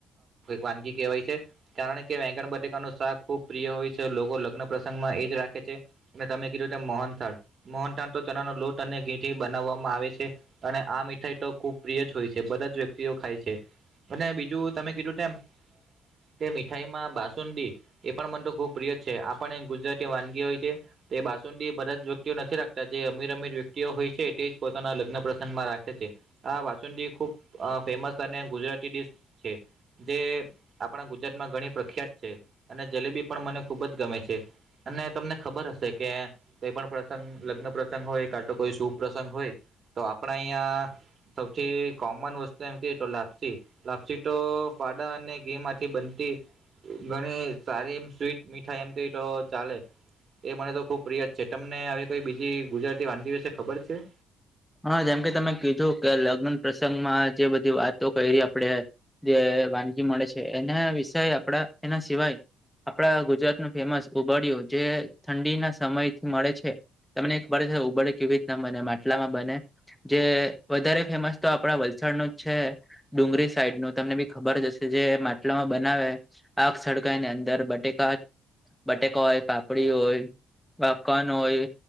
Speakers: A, on the right (about 50°); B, in the centre.
A: વાનગી કહેવાય છે. કારણ કે વાકણ બત્રિકા ન શાક ખુબ પ્રિય હોય છે, લોકો લગ્ન પ્રસંગમાં એ જ રાખે છે. અને તમે કીધું છે મોહનથાળ મોનથાળ તો ચણા ન લોટ અને ઘીઠથી બનાવવામાં આવે છે. અને આ મીઠાઈ તો ખુબ પ્રિય જ હોય છે બધા જ વ્યક્તિઓ ખાય છે. અને બીજું તમે કીધું છે એમ તે મીઠાઈ માં બાસુંડી એ પણ મન તો ખુબ પ્રિય છે. આપણ ગુજરાતી વાનગી હોય છે. તે બાસુંડી બધા જ વ્યક્તિઓ નથી રાખતા જે અમીર અમીર વ્યક્તિઓ હોય છે તે જ પોતાના લગ્ન પ્રસંગમાં રાખે છે. હા બાસુંડી ખૂબ ફેમસ અને ગુજરાતી ડિશ છે જે આપણા ગુજરાતમાં ઘણી પ્રખ્યાત છે, અને જલેબી પણ મને ખુબ જ ગમે છે. અને તમને ખબર હશે કે કઈ પણ પ્રસંગ લગ્ન પ્રસંગ હોય કા તો કોઈ સુપ્રસંગ હોય તો આપણા અહીયાં સૌથી કોમન વસ્તુ એમ ક તો લેપ્સી. લાપ્સી તો ફાડા અને ઘી માંથી બનતી ઘણી સારી એમ સ્વીટ મીઠાઈ એમ ક તો ચાલે. એ મને તો ખુબ પ્રિય જ છે. તમને આવી કોઈ બીજી ગુજરાતી વાનગી વિશે ખબર છે?
B: હા જેમકે તમે કીધું કે લગ્ન પ્રસંગમાં જે બધી વાતો કરી આપડે જે વાનગી મળે છે એના વિષય આપડા એના સિવાય આપણા ગુજરાત ન ફેમસ ઉબડિયો જે ઠંડીના સમયથી મળે છે. તને એકબર ઉડે કેવી રીત મને માટલામાં બને જે વધારે ફેમસ તો આપણા વલસાડ નું જ છે. ડુંગરી સાઈડ નું તમને બી ખબર જ હશે જે માટલામાં બનાવે આગ સળગાઈની અંદર બટેકા, બટેકા હોય, પાપડી હોય પાપકોન હોય